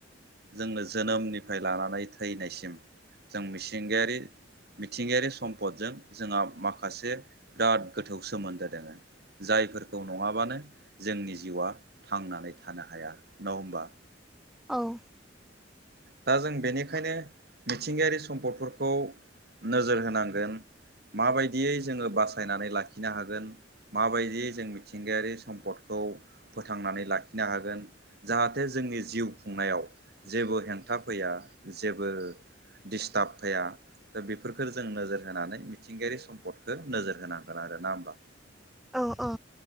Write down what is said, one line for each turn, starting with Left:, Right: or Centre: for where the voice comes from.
Right: जोंनो जोनोमनिफ्राय लानानै थैनायसिम जों मिसिंगायारि मिथिंगायारि सम्पदजों जोंहा माखासे बिराद गोथौ सोमोन्दो दोङो। जायफोरखौ नङाबानो जोंनि जिउआ थांनानै थानो हाया नङ होमबा
Centre: औ
Right: दा जों बेनिखायनो मिथिंगायारि सम्पदफोरखौ नोजोर होनांगोन। माबायदियै जोङो बासायनानै लाखिनो हागोन माबायदियै जों मिथिंगायारि सम्पदखौ फोथांनानै लाखिनो हागोन जाहाथे जोंनि जिउ खुंनायाव जेबो हेंथ था फैया जेबो दिडस्ट्ब फैया। दा बेफोरखोनो जों नोजोर होनानै मिथिंगायारि सम्पदखौ नोजोर होनांगोन आरो ना होमबा?
Centre: औ औ